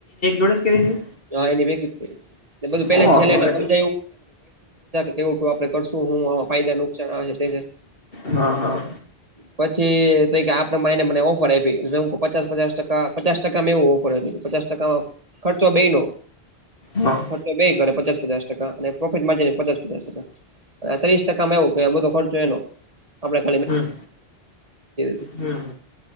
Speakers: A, on the left (about 60°); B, on the right (about 35°).
A: એ કે.
B: હા, એને ભુ કીધું, બધું પેલાથી
A: ઓહો
B: થું
A: એટલે
B: મને. કેવું કે, આપણે કરશું. હું આ ફાયદા નુકસાન.
A: હા, હા.
B: પછી તો આપડે મા એને મને ઓફર આપી, પચાસ-પચાસ ટકા પચાસ, ટકામાં એવું ઓફર હતું, પચ ટકા ખર્ચો બેન.
A: હા.
B: ખર્ચો બે કરે, પચાસ-પચાસ ટકા અને પ્રોફિટ માંને પચાસ- પચાસ ટકા. ત્રીસ ટકામાં એવું કે, બધો ખર્ચો એનો મેજ
A: હમ
B: <unintelligible>
A: હમ